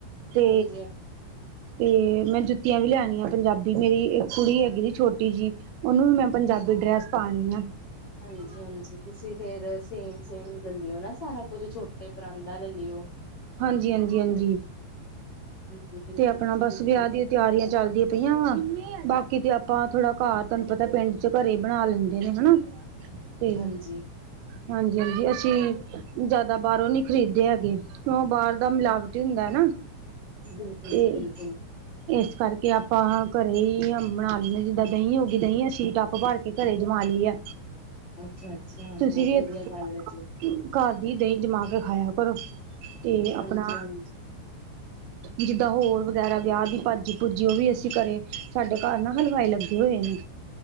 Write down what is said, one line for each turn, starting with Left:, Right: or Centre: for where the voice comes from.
Right: ਤੇ
Left: ਹਾਂਜੀ
Right: ਤੇ ਮੈਂ ਜੁੱਤੀਆਂ ਵੀ ਲੈਣੀਆਂ ਪੰਜਾਬੀ, ਮੇਰੀ ਇੱਕ ਕੁੜੀ ਹੈਗੀ ਜੀ ਛੋਟੀ ਜੀ। ਉਹਨੂੰ ਵੀ ਮੈਂ ਪੰਜਾਬੀ ਡਰੈਸ ਪਾਉਣੀ ਆ
Left: ਹਾਂਜੀ ਹਾਂਜੀ ਤੁਸੀਂ ਫਿਰ ਸੇਮ ਸੇਮ ਲੈ ਲਿਓ ਨਾ ਸਾਰਾ ਕੁੱਝ ਛੋਟੇ ਪਰਾਂਦਾ ਲੈ ਲਿਓ
Right: ਹਾਂਜੀ, ਹਾਂਜੀ, ਹਾਂਜੀ
Left: ਹਾਂਜੀ ਬਿਲਕੁਲ
Right: ਤੇ ਆਪਣਾ
Left: ਜੀ
Right: ਬਸ
Left: ਬਿਲਕੁਲ
Right: ਵਿਆਹ ਦੀ ਤਿਆਰੀਆਂ ਚੱਲਦੀਆਂ ਪਈਆਂ ਵਾਂ ਬਾਕੀ ਤੇ ਆਪਾਂ ਥੋੜਾ ਘਰ, ਤੁਹਾਨੂੰ ਪਤਾ ਪਿੰਡ ਚ ਘਰੇ ਹੀ ਬਣਾ ਲੈਂਦੇ ਨੇ ਹਨਾ। ਤੇ
Left: ਹਾਂਜੀ
Right: ਹਾਂਜੀ-ਹਾਂਜੀ, ਅਸੀਂ ਜਾਦਾ ਬਾਹਰੋਂ ਨੀ ਖ਼ਰੀਦੇ ਹੈਗੇ। ਉਹ ਬਾਹਰ ਦਾ ਮਿਲਾਵਟ ਹੀ ਹੁੰਦਾ ਐ ਨਾ।
Left: ਬਿਲਕੁਲ
Right: ਤੇ
Left: ਜੀ ਬਿਲਕੁਲ।
Right: ਇਸ ਕਰਕੇ ਆਪਾਂ ਘਰੇ ਹੀ ਬਣਾ ਲੈਂਦੇ ਆਂ, ਜਿੱਦਾਂ ਦਹੀਂ ਹੋ ਗੀ ਦਹੀਂ ਅ ਸੀ ਟੱਪ ਭਰ ਕੇ ਘਰੇ ਜਮਾ ਲਈ ਐ,
Left: ਅੱਛਾ-ਅੱਛਾ
Right: ਤੁਸੀਂ
Left: ਬਹੁਤ
Right: ਵੀ
Left: ਵਧੀਆ
Right: <unintelligible>
Left: ਗੱਲ ਹੈ ਜੀ
Right: ਘਰ ਦੀ ਦਹੀਂ ਜਮਾ ਕੇ ਖਾਇਆ ਕਰੋ ਤੇ
Left: ਹਾਂਜੀ-ਹਾਂਜੀ
Right: ਆਪਨਾ ਜਿੱਦਾਂ ਹੋਰ ਵਗੈਰਾ ਵਿਆਹ ਦੀ ਭਾਜੀ ਭੂਜੀ, ਉਹ ਵੀ ਅਸੀਂ ਕਰੇ ਸਾਡੇ ਘਰ ਨਾ ਹਲਵਾਈ ਲੱਗੇ ਹੋਏ ਨੇ।